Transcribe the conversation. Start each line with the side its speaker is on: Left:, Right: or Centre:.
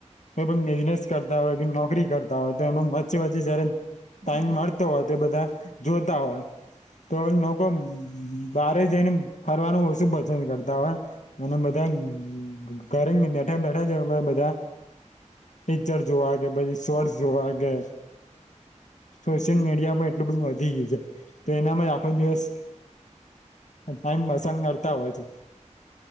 Left: કોઈ પણ બિઝનેસ કરતા હોય કે નોકરી કરતા હોય તો એમાં વચચી વાચી જયારે ટાઈમ
Right: હમ
Left: મળતો હોય તો બધા, જોતા હોય. તો લોકો બારે જઈને ફરવાનું ઓ શું પસંદ કરતા હોવે. અને બધા ઘરેને બેઠા બેઠા જ બધા. જડ જોવાગે પછી સ્ર્ જોવાગે. સોશિયલ
Right: હમ
Left: મીડિયા માં એટલું બધ વધી ગયું છે. તો એનામાં
Right: હમ.
Left: આખો દિવસ, ટાઈમ મસંગ કરતા હોય છે.